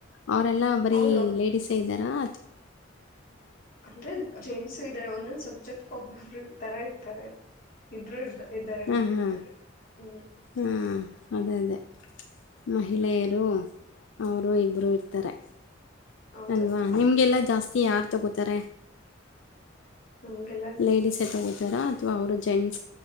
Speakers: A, on the left (about 75°); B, on the left (about 50°).
A: ಅವರೆಲ್ಲಾ ಬರೀ
B: ಅವರು
A: ಲೇಡಿಸಸ್ೇ ಇದ್ದಾರೆ ಹಾ
B: ಅಂದ್ರೆ ಜೆಂಟ್ಸ್ ಇದ ಒಂದೊಂದು ಸಬ್ಜೆಕ್ಟ್ ಕೊಬ್ಲ ತರ ಇರ್ತಾರೆ ಇಬ್ರುೂ ಇರ್್ದ <unintelligible> ಇದ್ದಾರೆ
A: ಹಾಂ
B: ನಮ್ಗಂತೂ
A: ಹಾಂ
B: ಹ್ಮ್.
A: ಹಾಂ ಅದೇ ಅದೇ ಮಹಿಳೆಯರು ಅವ್ರು ಇಬ್ರು ಇರ್ತಾರೆ
B: ಹೌದು
A: ಅಲ್ವಾ
B: ಅಕ್ಕ
A: ನಿಮ್ಗೆಲ್ಲಾ ಜಾಸ್ತಿ ಕೀ ಯಾರು ತಗೋತಾರೆ.
B: ನಮ್ಗೆಲ್ಲ
A: ಲೇಡಿಸೇ ತಗೋತಾರಾ ಅಥವಾ ಅವ್ರದ್ ಜೇಂಟ್